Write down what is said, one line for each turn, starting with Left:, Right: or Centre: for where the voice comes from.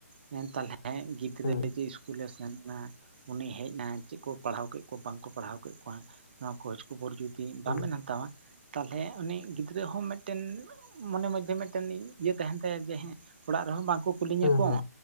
Right: ᱢᱮᱱ ᱛᱟᱦᱚᱞᱮ ᱜᱤᱫᱽᱨᱟᱹ
Left: ᱦᱩᱸ
Right: ᱡᱮ ᱤᱥ ᱠᱩᱞᱮ ᱥᱮᱱ ᱱᱟ ᱩᱱᱤ ᱦᱮᱡ ᱱᱟᱭ ᱪᱮᱫ ᱠᱚ ᱯᱟᱲᱦᱟᱣ ᱠᱮᱫ ᱠᱚ ᱵᱟᱝᱠᱚ ᱯᱟᱲᱦᱟᱣ ᱠᱮᱫ ᱠᱚ, ᱠᱮᱫ ᱠᱚᱣᱟ ᱱᱚᱣᱟ ᱠᱷᱳᱡ ᱠᱷᱵᱚᱨ ᱡᱩᱫᱤ
Left: ᱦᱩᱸ
Right: ᱵᱟᱝᱵᱮᱱ ᱦᱟᱛᱟᱣᱟ, ᱛᱟᱞᱚᱞᱮ ᱩᱱᱤ ᱜᱤᱫᱽᱨᱟᱹ ᱦᱚᱸ ᱢᱮᱫᱴᱮᱱ ᱢᱚᱱᱮ ᱢᱚᱫᱽᱫᱷᱮ ᱢᱤᱫᱴᱮᱱ ᱤᱭᱟᱹ ᱛᱟᱦᱮᱱ ᱛᱟᱭᱟ ᱡᱮ ᱦᱮᱸ, ᱚᱲᱟᱜ ᱨᱮᱦᱚᱸ ᱵᱟᱝᱠᱚ ᱠᱩᱞᱤᱧᱟ
Left: ᱦᱩᱸ
Right: ᱠᱚ
Left: ᱦᱩᱸ